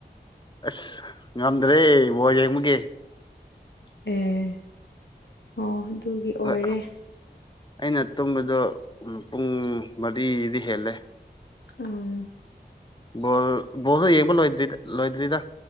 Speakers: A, on the left; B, on the left.
A: ꯑꯁ ꯉꯝꯗ꯭ꯔꯦ ꯕꯣꯜ ꯌꯦꯡꯕꯒꯤ ꯫
B: ꯑꯦ ꯑꯣ ꯑꯗꯨꯒꯤ ꯑꯣꯏꯔꯦ꯫
A: ꯍꯣꯏ ꯑꯩꯅ ꯇꯨꯝꯕꯗꯣ ꯎ ꯄꯨꯡ ꯃꯔꯤꯗꯤ ꯍꯦꯜꯂꯦ꯫
B: ꯑꯣ
A: ꯕꯣꯜ ꯕꯣꯜꯁꯨ ꯌꯦꯡꯕ ꯂꯣꯏꯗꯔ꯭ꯤ ꯂꯣꯏꯗ꯭ꯔꯤꯗ